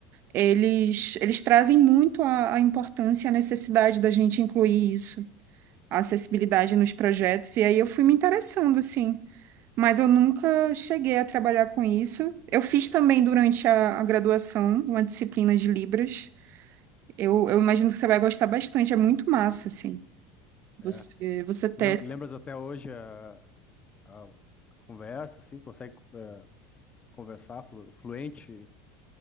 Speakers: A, on the right; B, on the left.
A: eles, eles trazem muito a, a importância e a necessidade da gente incluir isso, a acessibilidade nos projetos. E aí eu fui me interessando, assim, mas eu nunca cheguei a trabalhar com isso. Eu fiz também durante a, a graduação uma disciplina de Libras. Eu, eu imagino que você vai gostar bastante, é muito massa, assim.
B: É.
A: Você, você ter
B: Lem- Lembras até hoje a, a- a conversa, assim, consegue, eh, conversar flu- fluente?